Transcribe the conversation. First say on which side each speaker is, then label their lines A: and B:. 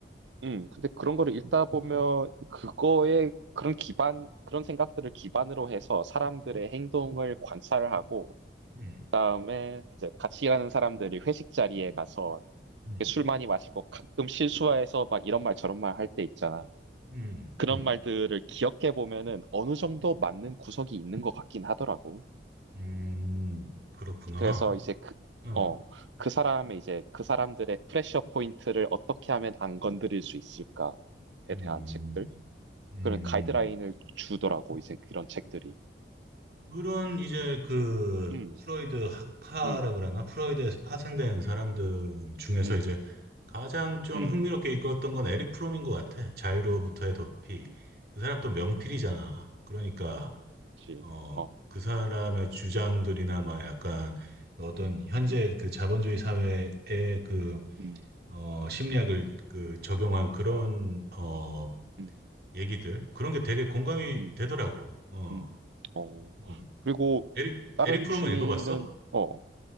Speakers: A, on the right; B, on the right.
A: 음, 근데 그런 거를 읽다 보면 그거에 그런 기반, 그런 생각들을 기반으로 해서 사람들의 행동을 관찰을 하고,
B: 음,
A: 그다음에 이제 같이 일하는 사람들이 회식 자리에 가서
B: 음,
A: 술 많이 마시고 가끔 실수해서 막 이런 말 저런 말 할 때 있잖아.
B: 음,
A: 그런
B: 음,
A: 말들을 기억해 보면은 어느 정도 맞는 구석이 있는 것 같긴 하더라고.
B: 음, 그렇구나.
A: 그래서 이제 그,
B: 응,
A: 어, 그 사람의 이제 그 사람들의 프레셔 포인트를 어떻게 하면 안 건드릴 수 있을까에
B: 음,
A: 대한 책들.
B: 음.
A: 그런 가이드라인을 주더라고 이제 그런 책들이.
B: 그런 이제 그
A: 음,
B: 프로이드 학파라
A: 음,
B: 그러나 프로이드에서 파생된 사람들 중에서
A: 음,
B: 이제 가장 좀
A: 음,
B: 흥미롭게 읽었던 건 에릭 프롬인 것 같아. 자유로부터의 도피.
A: 음,
B: 그 사람 또 명필이잖아. 그러니까
A: 그치.
B: 어,
A: 어,
B: 그 사람의 주장들이나 막 약간 어떤
A: 음,
B: 현재
A: 음,
B: 그 자본주의 사회의 그
A: 음,
B: 어, 심리학을 그 적용한 그런 어,
A: 음,
B: 얘기들 그런 게 되게 공감이
A: 음,
B: 되더라고. 어,
A: 음. 어.
B: 음.
A: 그리고
B: 에릭
A: 다른
B: 에릭 프롬은
A: 취미는
B: 읽어봤어?
A: 어,